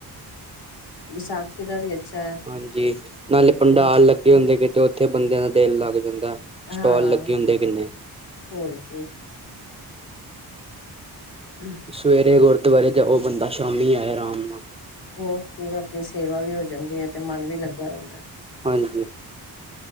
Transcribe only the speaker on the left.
ਵਿਸਾਖੀ ਦਾ ਵੀ ਅੱਛਾ ਹੈ।
ਬਸ
ਹਾਂ।
ਹੋਰ ਕੀ, <inaudible>
ਹੋਰ ਕੀਏ ਆਪਣੀ ਸੇਵਾ ਵੀ ਹੋ ਜਾਂਦੀ ਏ ਤੇ ਮਨ ਵੀ ਲੱਗਾ ਰੈਦਾ ਐ।